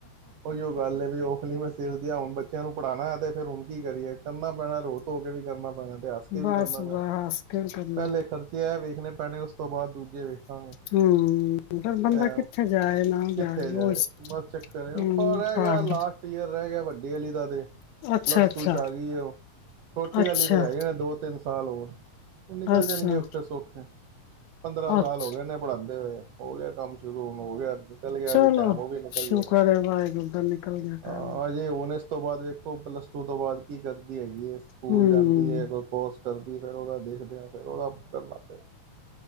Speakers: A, on the right; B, on the left.
A: ਉਓਹੀ ਉਹ ਗੱਲ ਵੀ ਔਖਲੀ ਮੈਂ ਸਿਰ ਦੀ ਹੁਣ ਬੱਚਿਆਂ ਨੂੰ ਪੜ੍ਹਾਉਣਾ ਤੇ ਫਿਰ ਹੁਣ ਕੀ ਕਰੀ ਰੋਤ ਹੋ ਕੇ ਵੀ ਕਰਨਾ ਦੇ ਹੱਸ ਕੇ
B: ਬਸ
A: ਵੀ ਕਰਨਾ
B: ਬਸ
A: ਪੈਣਾ
B: ਹੱਸ ਕੇ ਕਰਨਾ
A: ਪਹਿਲੇ ਖਰਚ ਵੇਖਣੇ ਪੈਣੇ ਤੋਂ ਬਾਅਦ ਦੂਜੇ ਵੇ ਹਾਂ
B: ਹਮ ਫਿਰ ਬੰਦਾ
A: ਐ
B: ਕਿੱਥੇ ਜਾਏ ਨਾ
A: ਕਿੱਥੇ ਜਾਏ
B: ਉਹ
A: ਬਸ ਚੱਕਰ
B: ਹਮ
A: ਆਪਾਂ ਰਹਿ ਗਿਆ ਲਾਸਟ
B: ਘਰ
A: ਈਅਰ ਰਹਿ ਗਿਆ ਵੱਡਾ ਲ ਲ ਦੇਦੇ
B: ਅੱਛਾ
A: ਪਲੱਸ
B: ਅੱਛਾ
A: ਟੂ ਚ ਆ ਗਈ ਹੈ ਉਹ ਛੋਟੀ
B: ਅੱਛਾ
A: ਵਾਲੀ ਹੈਗੇ ਨੇ ਦੋ ਤਿੰਨ ਸਾਲ ਹੋਰ ਨਿਕਲ
B: ਅੱਛਾ
A: ਜਾਣਗੇ ਔਖੇ ਸੌਖੇ ਪੰਦਰਾਂ ਸਾਲ
B: ਅੱਛਾ
A: ਹੋ ਗਏ ਉਹਨੇ ਪੜ੍ਹਾਂਦੇ ਹੋਏ ਹੋ ਗਿਆ ਕੰਮ ਸ਼ੁਰੂ ਹੁਣ ਹੋ ਗਿਆ ਨਿਕਲ ਗਿਆ
B: ਚਲੋ
A: ਵੀ ਟਾਈਮ ਉਹ ਵੀ ਨਿਕਲ
B: ਸ਼ੁਕਰ
A: ਜਾਏਗਾ
B: ਵਾਹਿਗੁਰੂ ਦਾ ਨਿਕਲ ਗਿਆ ਤਾ
A: ਹਾਂ ਹਜੇ ਹੁਣ ਇਸ ਤੋਂ ਬਾਅਦ ਵੇਖੋ ਪਲੱਸ ਟੂ ਤੋਂ ਬਾਅਦ ਕੀ ਕਰਦੀ ਆਈ ਸਕੂਲ
B: ਹੂੰ
A: ਦੀ ਹੈ ਕੋਈ ਕੋਰਸ ਕਰ ਫੇਰ ਉਹਦਾ ਦੇਖਦੇ ਆ ਫਿਰ ਉਹਦਾ ਕਰਨਾ ਪਿਆ